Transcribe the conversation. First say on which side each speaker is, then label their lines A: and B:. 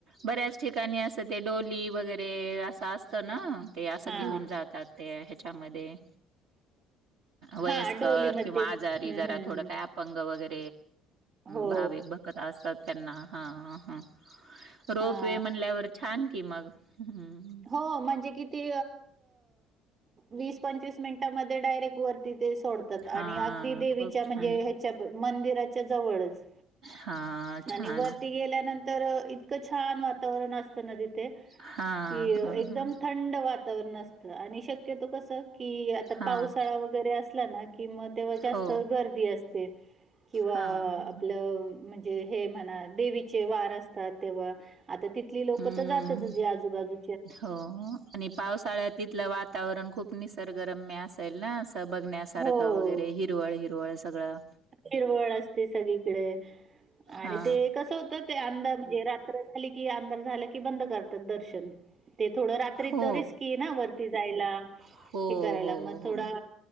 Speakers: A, on the right; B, on the right.
A: बऱ्याच ठिकाणी अस ते डोली वगैरे असं असत ना ह ते असं
B: हा
A: घेऊन जातात ते ह्याच्यामध्ये वयस्कर
B: हा डोली म
A: किंवा
B: ते हम्म
A: आजारी जरा
B: हम्म
A: थोडं
B: हम्म
A: काय अपंग वगैरे
B: हो
A: भाविक बघत असतात त्यांना हा ह रोप
B: हा
A: वे म्हणल्यावर छान की मग हम्म
B: हो म्हणजे किती वीस पंचवीस मिनिटमध्ये डायरेक्ट वरती ते सोडतात
A: हां
B: आणि अगदी देवीच्या
A: खूप
B: म्हणजे
A: छान
B: ह्याच्या मंदिराच्या जवळच
A: हां छान
B: आणि वरती गेल्यानंतर इतकं छान वातावरण असत ना तिथे
A: हां
B: कि
A: हां
B: एकदम
A: हां
B: थंड व आणि शक्यतो कस कि आता
A: हां
B: पावसाळा वगैरे असला ना किंवा तेव्हा जास्त
A: हो
B: गर्दी असते किंवा
A: हां
B: आपलं म्हणज म्हणा देचे वार असतात तेव्हा आता तिथली लोक
A: हम्म.
B: जात आजूबाजू
A: हो आणि पावसाळ्यात तिथलं वातावरण खूप निसर्गरम्य असेल ना बघण्यासारखं
B: हो
A: वगैरे हिरवळ हिरवळ सगळं
B: हिरवळ असते सगळीकडे आणि
A: हा
B: ते कसं होतं ते अंद णे रात्र झाली की अंधार झालं की बंद करतात दर्शन ते थोडं रात्रीच
A: हो
B: रिस्की ना वरती जायला
A: हो
B: हे करायला
A: हो
B: मग थोडा
A: हो